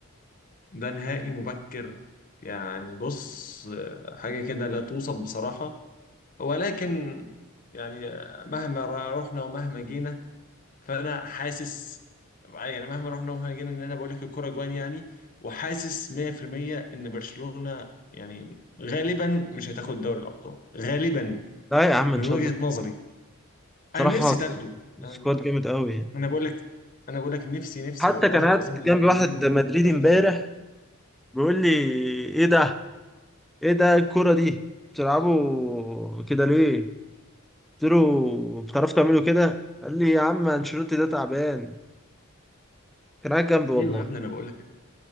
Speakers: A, on the left; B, in the centre.
A: ده نهائي مبكر يعني بص آه، حاجة كده لا توصف بصراحة ولكن يعني آه، مهما ر- رحنا ومهما جينا فأنا حاسس يعني مهما رحنا ومهما جينا إن أنا بقول لك الكرة جوان يعني وحاسس 100% إن برشلونة يعني غالبا مش هتاخد دوري الأبطال غالبا
B: لا يا عم إن
A: من
B: شاء
A: وجهة
B: الله
A: نظري
B: بصراحة
A: أنا نفسي تاخده
B: سكواد
A: أنا
B: جامد قوي يعني
A: أنا بقول لك أنا بقول لك نفسي نفسي
B: حتى
A: والله
B: كان قاعد
A: العظيم الأمنية
B: جنبي واحد مدريدي
A: عايز
B: امبارح
A: تاخده.
B: بيقول لي ايه ده ايه ده الكرة دي بتلعبوا كده ليه قلت له بتعرفوا تعملوا كده قال لي يا عم انشيلوتي ده تعبان كان قاعد جنبي والله
A: ايوه يا ابني انا بقول لك